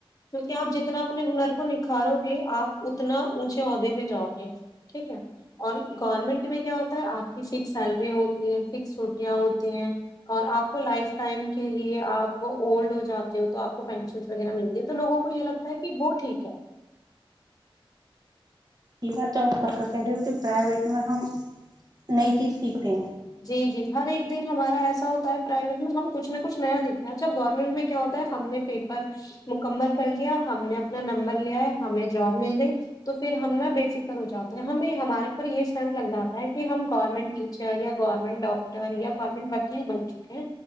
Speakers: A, on the left; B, on the right.
A: کی کہ آپ جتنا اپنے ہنر کو نک <unintelligible> کہ آپ اتنا اونچے عہدے پہ جاؤ گے ٹھیک ہے اور گورنمنٹ میں کیا ہوتا آپ کی سک سیلری ہوتی ہے فکس ہو یہ ہوتی ہے اور آپ کو لائف ٹائم کے لیے آپ اولڈ ہو جاتے ہو تو آپ کو پینشن وغیرہ ملتے تو لوگوں کو یہ لگتا ہے کہ وہ ٹھیک ہے
B: یہ بات تو پ کا کہہ رہی ہو کہ پرائیویٹ میں ہم نئی چیز سیکھتے ہیں
A: جی جی ہر ایک دن ہمارا ایسا ہوتا ہے پرائیویٹ میں ہم کچھ نہ کچھ نیا سیکھتے ہیں اچھا گورنمنٹ میں کیا ہوتا ہے ہم نے پیپر مکمل کر لیا ہم نے اپنا نمبر لیا ہے ہمیں جاب مل جائے تو پھر ہم نا بے فکر ہو جاتے ہیں ہمیں ہمارے اوپر یہ اسٹینپ لگ جاتا ہے کہ ہم گورنمنٹ ٹیچر یا گورنمنٹ ڈاکٹر یا گورنمنٹ وکیل بن چکے ہیں